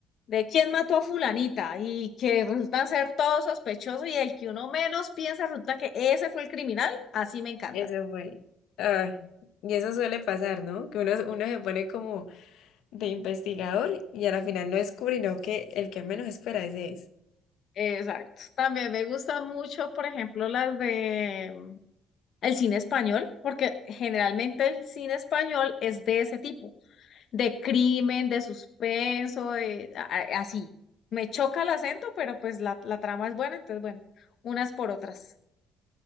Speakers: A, on the left; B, on the left.
A: de quién mató a fulanita y que resultan ser todos sospechosos y el que uno menos piensa resulta que ese fue el criminal, así me encanta.
B: Eso fue. Ay, y eso suele pasar, ¿no? Que uno, uno se pone como de investigador y a la final no descubre, no que el que menos espera ese es.
A: Exacto. También me gustan mucho, por ejemplo, las de mm, el cine español, porque generalmente el cine español es de ese tipo, de crimen, de suspenso, de a- a- así. Me choca el acento, pero pues la, la trama es buena, entonces bueno, unas por otras.